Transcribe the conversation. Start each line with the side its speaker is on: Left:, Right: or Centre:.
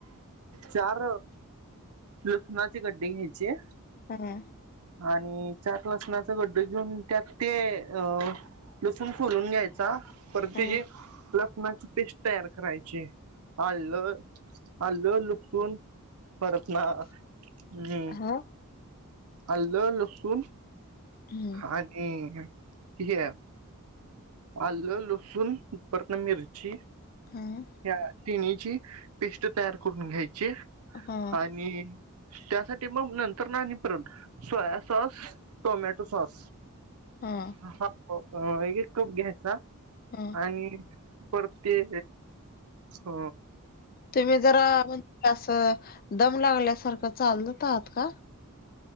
Right: चार लसणाचे गड्डे घ्यायचे.
Left: हा.
Right: आणि चार लसनाचा गड्ड घेऊन त्यात ते अ लसूण सुलून घ्यायचा परत
Left: हा
Right: तेजे लसणाची पेस्ट. तयार करायचे अल्ल अल्ल. सून परतना हम्म.
Left: हा
Right: अल्ल लसून.
Left: हा.
Right: आणि हे. आलं लसूण उपर्न मिरची.
Left: हम्म.
Right: ह तिणीची पेस्ट तयार करून घ्यायची
Left: हा
Right: आणि. त्यासाठी मग नंतर नाही परत सोया सॉस टोमॅटो सॉस.
Left: हा.
Right: हा मग एक कप घ्यायचा
Left: हा
Right: आणि. परत ते अ
Left: तुम्ही जरा म्हणजे असं दम लागल्यासारखं चालत आहात का.